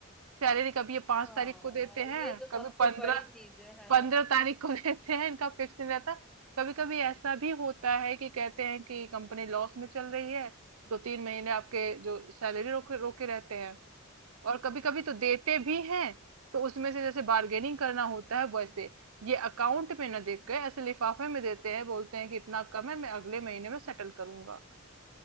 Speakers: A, on the right; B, in the centre.
A: सैलरी कभी ये पांच
B: हाँ
A: तारीख को देते हैं
B: ये तो सबसे
A: कभी पंद्रह
B: बड़ी चीज है हाँ
A: पंद्रह तारीख को <laughs> लेते हैं इनका फिक्स नहीं
B: <laughs>
A: रहता कभी कभी ऐसा भी होता है कि कहते हैं कि कंपनी लॉस में चल रही है दो तीन महीने आपके जो सैलरी रोके रोके रहते हैं और कभी कभी तो देते भी हैं तो उसमें से जैसे बार्गेनिंग करना होता है वैसे ये अकाउंट में ना देख के ऐसे लिफाफे में देते हैं बोलते हैं कि इतना कम है मैं अगले महीने में सेटल करूंगा